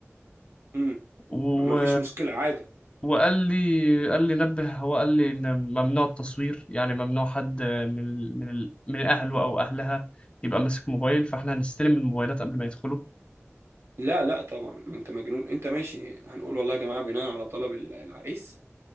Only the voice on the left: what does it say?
و...
وقال لي قال لي نبه هو قال لي إن ممنوع التصوير يعني ممنوع حد من ال- من ال- من أهله أو أهلها يبقى ماسك موبايل فإحنا هنستلم الموبايلات قبل ما يدخلوا